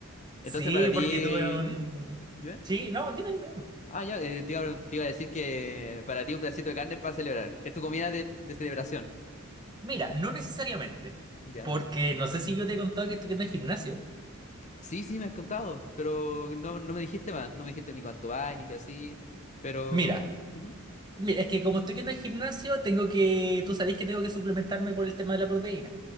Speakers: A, on the left; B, on the right.
A: Entonces
B: Sí,
A: para ti...
B: porque tuve un...
A: ¿Mm? Dime.
B: Sí, no, dime, dime. dime.
A: Ah, ya, eh, te iba, a pregun- te iba a decir que para ti un pedacito de carne es para celebrar. Es tu comida de, de celebración.
B: Mira, no necesariamente,
A: ¿Ya?
B: porque no sé si yo te he contado que estoy yendo al gimnasio.
A: Sí, sí, me has contado, pero no, no me dijiste más. No me dijiste ni cuánto va, ni qué así. Pero...
B: Mira,
A: ujú,
B: mira, es que como estoy yendo al gimnasio, tengo que, tú sabés que tengo que suplementarme por el tema de la proteína.